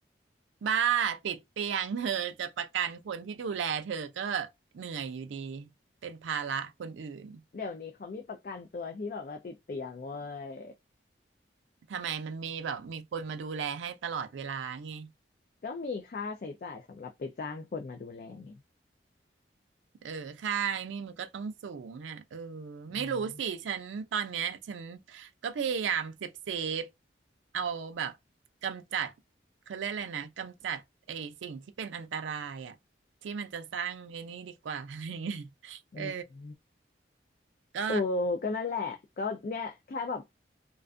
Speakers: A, on the right; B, on the left.
A: บ้าติดเตียง <laughs> เธอจะประกันคนที่ดูแลเธอก็เหนื่อยอยู่ดีเป็นภาระคนอื่น
B: เดี๋ยวนี้เขามีประกันตัวที่แบบว่าติดเตียงเว้ย
A: ทำไมมันมีแบบมีคนมาดูแลให้ตลอดเวลาไง
B: ก็มีค่าใช้จ่ายสำหรับไปจ้างคนมาดูแลไง
A: เออค่าไอ้นี่มันก็ต้องสูงอ่ะเออ
B: อืม
A: ไม่รู้สิฉันตอนเนี้ยฉันก็พยายามเซฟเซฟเอาแบบกำจัดเขาเรียกอะไรนะกำจัดไอ้สิ่งที่เป็นอันตรายอ่ะที่มันจะสร้างไอ้นี่ดีกว่าอะไรเงี้ย
B: อืม
A: เออก็
B: โอ้ก็นั่นแหละก็เนี่ยแค่แบบ